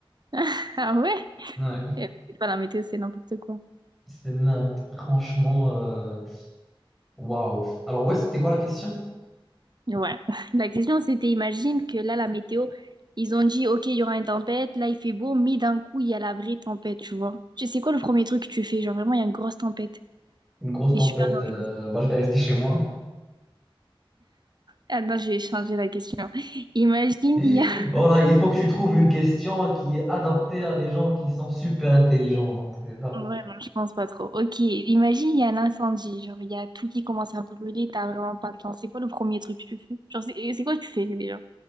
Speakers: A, on the right; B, in the centre.
A: <laughs> Ah ouais?
B: Ouais.
A: Euh, C'est pas la météo, c'est n'importe quoi.
B: C'est n'im- franchement, euh, waouh. Alors, ouais, c'était quoi la question?
A: Ouais. <laughs> La question, c'était, imagine que là, la météo, ils ont dit, OK, il y aura une tempête, là, il fait beau, mais d'un coup, il y a la vraie tempête, tu vois. Tu sais quoi le premier truc que tu fais? Genre, vraiment, il y a une grosse tempête.
B: Une grosse tempête.
A: Et super dangereuse.
B: euh, bah, je vais rester chez moi.
A: Ah non, j'ai changé la question. <laughs> Imagine,
B: <laughs>
A: il y a... <laughs>
B: Voilà, il faut que tu trouves une question qui est adaptée à des gens qui sont super intelligents. Donc, c'est ça.
A: Ouais, non, je pense pas trop. OK, imagine, il y a un incendie. Genre, il y a tout qui commence à brûler, t'as vraiment pas de temps. C'est quoi le premier truc que tu fais? Genre, c'est et c'est quoi que tu fais, déjà?